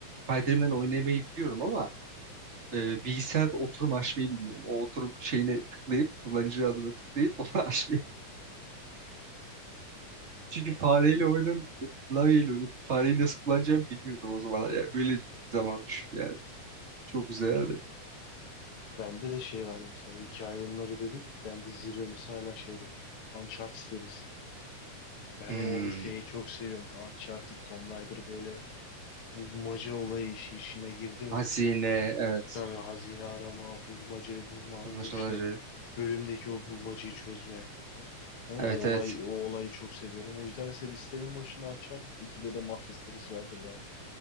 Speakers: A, on the right; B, on the left.
A: Spider-Man oynamayı biliyorum ama e, bilgisayarda oturum açmayı bilmiyorum. O oturum şeyine tıklayıp kullanıcı adını tıklayıp <laughs> onu açmayı çünkü fareyle
B: Hı.
A: oynan klavyeyle oynadım. Fareyi nasıl kullanacağımı bilmiyordum o zamanlar. Yani
B: Hı.
A: öyle bir zaman düşün yani. Çok güzeldi.
B: hı. Bende de şey var mesela hikaye oyunları dedik. Bende zirve mesela şeydi. Uncharted serisi. Ben
A: Hmm,
B: o şeyi çok seviyorum. Uncharted, Tomb Raider böyle bulmaca olayı işi işine girdi mi?
A: hazine evet.
B: Tabii hazine arama, bulmacayı bulma,
A: Bulmacaları.
B: o işte bölümdeki o bulmacayı çözme. Ya o
A: Evet
B: olay,
A: evet.
B: o olayı çok seviyorum. O yüzden mesela listenin başında Uncharted 2'de de Mafya serisi vardır herhalde.